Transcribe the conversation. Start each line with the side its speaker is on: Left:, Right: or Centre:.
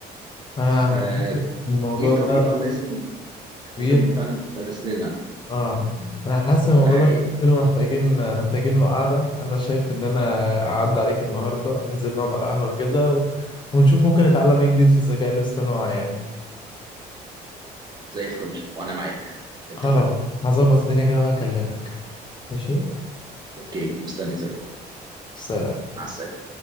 Left: أنا
Right: فدي
Left: الموضوع ده
Right: طريقه لازم لازم
Left: كبير
Right: فعلا تدرس لنا
Left: اه انا حاسس إن الموضوع
Right: ده حقيقي
Left: ده كتير محتاجين محتاجين له قعده انا شايف ان انا اعدي عليك النهارده ننزل نقعد على القهوه كده و... ونشوف ممكن نتعلم ايه جديد في الذكاء الاصطناعي يعني
Right: زي الفل وانا معاك اتفقنا
Left: خلاص هظبط الدنيا كده وهكلمك ماشي
Right: اوكي مستني تليفون
Left: سلام
Right: مع السلامه